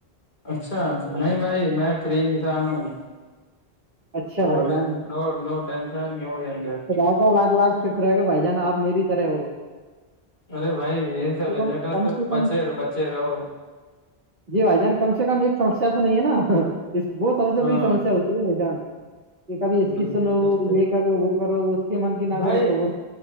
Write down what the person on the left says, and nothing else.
اچھا نہیں بھائی میں فری انسان ہوں
نو
ٹشن
نو نو ٹنشن نو ند ای
ارے بھائی یہ سگے
نیٹورک
بچے رہا بچے رہا
ہاں
بالکل
بالکل
بھائی